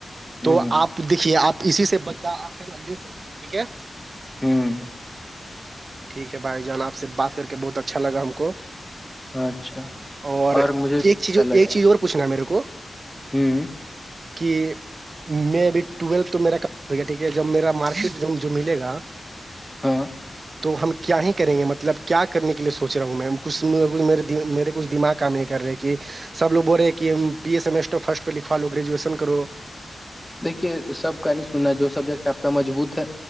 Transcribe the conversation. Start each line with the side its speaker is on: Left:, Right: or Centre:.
Centre: ہوں
Right: تو آپ دیکھیے آپ اسی سے بدلا آپے سک ٹھیک ہے
Centre: ہوں
Right: ٹھیک ہے بھائی جان آپ سے بات کر کے بہت اچھا لگا ہم کو
Centre: اچھا
Right: اور
Centre: مجھے بھی
Right: ایک
Centre: اچھا
Right: چیز
Centre: لگا
Right: ایک چیز اور پوچھنا میرے کو
Centre: ہوں
Right: کہ میں ابھی ٹویل تو میرا کام ہو گیا ٹھیک ہے جب میرا مارک شیٹ ملے گا
Centre: ہاں
Right: تو ہم کیا ہی کریں گے مطلب کیا کرنے کے لیے سوچ رہا ہوں میںم کچھ مے میرے کچھ دماغ کام نہیں کر رہے کہ سب لگ بول رہے ہیں کہ بی ایس ایمسٹ فرسٹ پہ لکھوا لو گریجویشن کرو
Centre: دیکھیے سب کا نہیں سننا جو سبجیکٹ آپ کا مجبوط ہے